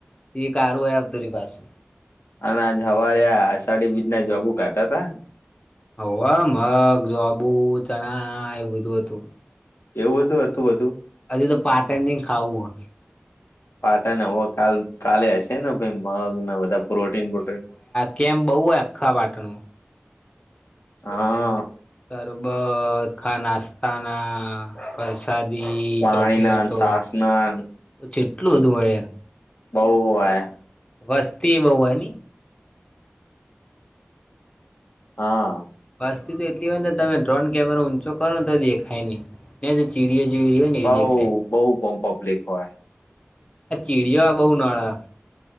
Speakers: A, on the left; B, on the left.
A: એ કારુંય તરી પાસે
B: અને આ જ હવાર આષાઢી બીજના જબુ ખાતા તા
A: હ મગ જો આબુ ચણા એવું બધું હતું.
B: એવું બધું હતું બધું
A: હજુ તો પાટણ ન ખાવું હો.
B: પાટાને હવે કાલ કાલે હશે ને મગને બધા પ્રોટીન પ્રોન
A: કેમ બહુ આખાં વાટણું
B: હા
A: સરબત ખા નાસ્તા ના પર. સાદી
B: પાણીના
A: ચોકલેટો
B: ન સાસના ન
A: જેટલું બધું હોય.
B: બવ હોય.
A: વસ્તી એ બહ હ.
B: હા
A: વાસ્તતી તો એટલી હોય ને તમે ડ્રોન કેમેરો ઊંચો કરો ને તો દેખાય ત્યાં જે ચીડીઓ જેી હોય. ને એવી
B: બઉ
A: દેખાય
B: બઉુ પોમપ ઓપ્ લક હોય.
A: આ ચીડયો બહ નાળા